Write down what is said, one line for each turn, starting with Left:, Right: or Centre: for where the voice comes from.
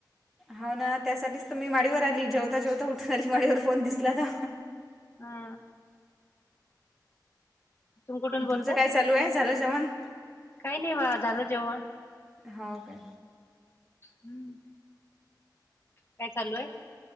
Centre: होा ना त्यासाठीच तर मी माडीवर आली, जेवता जेवता उठून आली माडीवर फोन दिसला ना.
Left: हा. तुम्ही कुठून बोलता
Centre: तुमचं काय चालू आहे, झालं जेवण?
Left: काही नाही व, झालं जेवण.
Centre: हौ का?
Left: हम्म काय चालू आहे?